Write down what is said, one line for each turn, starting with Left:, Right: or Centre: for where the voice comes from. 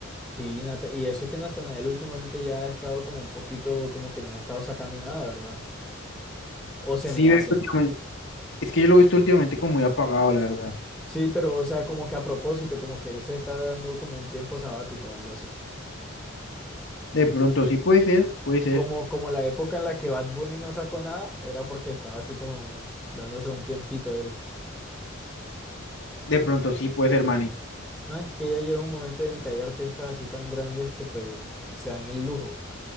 Centre: Sí, Nata- y eso que Natanael últimamente ya ha estado como un poquito, como que no ha estado sacando nada, ¿verdad? O se
Left: sí,
Centre: me hace
Left: veo que últimamente-
Centre: a mí.
Left: es que yo lo he visto últimamente como muy apagado, la verdad.
Centre: Sí, pero o sea, como que a propósito, como que él se está dando como un tiempo sabático o algo así.
Left: De pronto sí puede ser, puede ser,
Centre: Como, como la época en la que Bad Bunny no sacó nada, era porque estaba así como dándose un tiempito él.
Left: de pronto sí puede ser, Manny.
Centre: No, es que ya llega un momento en el que hay artistas así tan grandes que pues se dan el lujo.